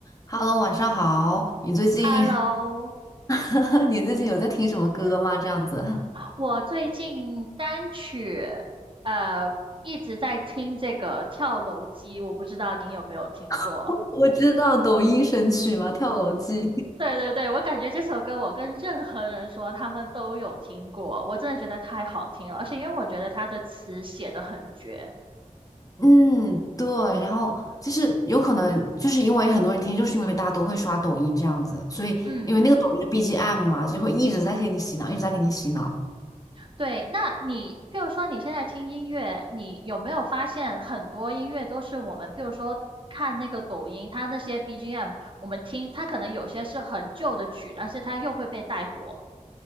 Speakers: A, on the left; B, on the right.
A: Hello，晚上好。你最近，
B: Hello，
A: <laughs> 你最近有在听什么歌吗？这样子，
B: 我最近单曲呃一直在听这个《跳楼机》，我不知道你有没有听过？
A: <laughs> 我知道抖音神曲嘛，《跳楼机》
B: 对对对，我感觉这首歌我跟任何人说他们都有听过，我真的觉得太好听了，而且因为我觉得它的词写的很绝，
A: <laughs> 嗯，对。然后就是有可能，就是因为很多人听，就是因为大家都会刷抖音这样子，所以因为那个抖音的
B: 嗯。
A: BGM 嘛，就会一直在给你洗脑，一直在给你洗脑。
B: 对，那你譬如说你现在听音乐，你有没有发现很多音乐都是我们譬如说看那个抖音，它那些 BGM，我们听它可能有些是很旧的曲，但是它又会被带火。